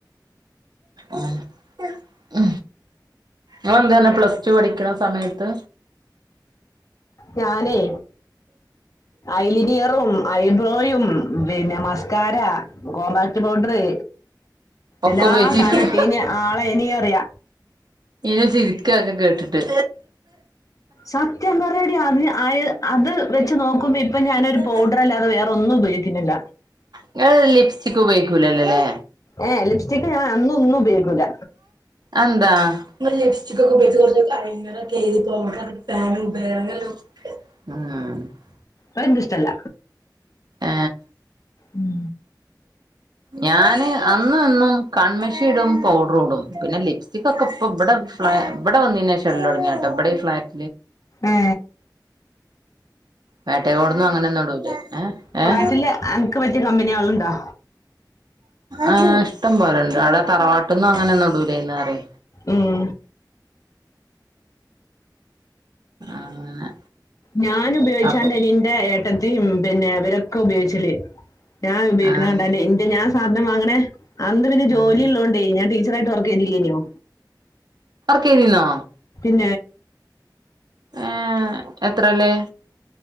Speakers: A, on the right (about 65°); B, on the left (about 45°).
A: ആ ങ്ങളെന്താ പറഞ്ഞെ പ്ലസ് ടു പഠിക്കണ സമയത്ത്
B: ഞാനെ ഐലേനിയറും ഐബ്രോയും പിന്നെ മസ്കാര, കോമ്പാക്ട് പൗഡറ്
A: ഒക്കെ
B: എല്ലാ
A: ഉപയോഗിച്ചിരുന്നോ
B: സാധനം ഇട്ടീനി ആളെയ്നി പറിയ
A: സിനു ചിരിക്ക അതൊക്കെ കേട്ടിട്ട്
B: സത്യം പറയാടി അ അത് വെച്ച് നോക്കുമ്പോ ഇപ്പൊ ഞാനൊരു
A: എന്താണ്
B: പൗഡർ അല്ലാതെ വേറെ ഒന്നും ഉപയോഗിക്ക്ണ്ല്ല
A: ഇങ്ങള് ലിപ്സ്റ്റിക് ഉപയോഗിക്കൂലല്ലോല്ലേ
B: ഏ ലിപ്സ്റ്റിക് ഞാൻ അന്നും ഇന്നും ഉപയോഗി ല്ല
A: അതെന്താ <unintelligible> <unintelligible>
B: അത് ൻക്ക് ഇഷ്ടല്ല
A: ആ
B: ഉം
A: ഞാന് അന്നുംഇന്നും കൺമശി ഇടും പൗഡർ ഇടും പിന്നെ ലിപ്സ്റ്റികൊക്കെ ഇ ഇവിടെ <unintelligible> ഇവിടെ വന്നേനേഷം ഇട്ലൊടങ്ങിയതാ ട്ടോ ഇവിടെ ഫ്ളാറ്റ്
B: ഏ
A: വേട്ടയോടുന്നും അങ്ങനൊന്നും ഇടൂല്ല ഏ
B: ഫ്ലാറ്റില്
A: ഏ
B: എനിക്ക് പറ്റിയ കമ്പനികളുണ്ടോ
A: ആ ഇഷ്ടം പോലണ്ട് അവിടെ തറവാട്ട് ന്നും അങ്ങനൊന്നും ഇടൂലേന്നേറെം
B: ഉം
A: അങ്ങനെ
B: ഞാൻ ഉപയോഗിച്ചാണ്ട്
A: അപ്പൊ
B: ന്റെ ഏട്ടത്തീം പിന്നെ വരൊക്കെ ഉപയോഗിച്ചല് ഞാൻ ഉപയോഗിക്കണ
A: ആഹ്
B: കണ്ടണ്ട് ഇന്റെ ഞാൻ സാധന വാങ്ങണേ അന്ന് പിന്നെ ജോലി
A: ആഹ്
B: ഉള്ളോണ്ടേ ഞാൻ ടീ ച്ചറായിട്ട് വർക്ക്‌ ചെയ്തില്ലേയ്ന്നൊ
A: വർക്ക്‌ ചെയ്തിന്നോ
B: ഏ
A: ഏ എത്രേ ല്